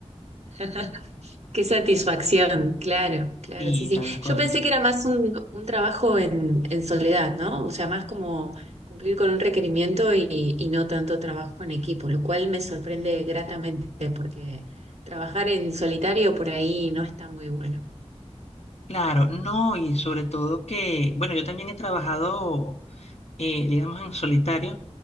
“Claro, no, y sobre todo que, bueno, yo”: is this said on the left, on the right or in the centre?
Left